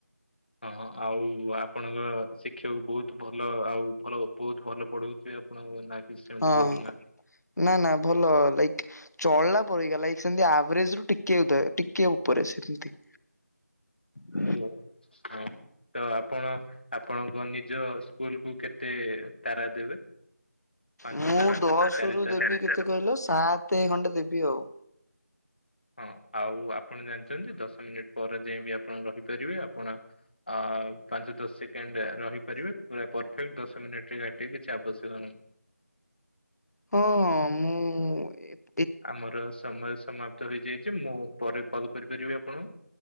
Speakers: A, on the left (about 35°); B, on the left (about 80°).
A: ହଁ ଆଉ ଆପଣଙ୍କ ଶିକ୍ଷକ ବହୁତ ଭଲ ଆଉ ଭଲ ବହୁତ ଭଲ ପଢ଼ଉଥିବେ ଆ ପଣଙ୍କୁ ନା କି ସେମିତି
B: ହଁ
A: ପଢ଼ନା?
B: ନା ନା ଭଲ ଲାଇକ୍ ଚଳିଲା ପରେକା ଲାଇକ ସେମିତି ଆଭରେଜ ରୁ ଟିକେ ଉଦୟେ ଟିକେ ଉପରେ ସେମିତି। ହ।
A: ଓ ହଁ। ତ ଆପଣ ଆପଣଙ୍କ ନିଜ ସ୍କୁଲକୁ କେତେ ତାରା ଦେବେ? ପାଞ୍ଚ
B: ମୁଁ
A: ତାରା
B: ଦଶ
A: ଚାରି
B: ରୁ
A: ତାରା
B: ଦେବି କେତେ କହିଲ ସାତ ଖଣ୍ଡେ ଦେବି ଆଉ।
A: ହଁ ଆଉ ଆପଣ ଜାଣିଛନ୍ତି ଦଶ ମିନିଟ୍ ପରେ ଯାଇଁବି ଆପଣ ରହିପାରିବେ ଆପଣ ଆ ପାଞ୍ଚ ଦଶ ସେକେଣ୍ଡ ରହିପାରିବେ ପରଫେକ୍ଟ ଦଶ ମିନିଟରେ କାଟିବେ କିଛି ଆବଶ୍ୟକ ନାହିଁ।
B: ହଁ ହଁ ମୁଁ ଏ
A: ଆମର ସମୟ ସମାପ୍ତ ହେଇଯାଇଛି ମୁଁ ପରେ କଲ କରିପାରିବି ଆପଣଙ୍କୁ?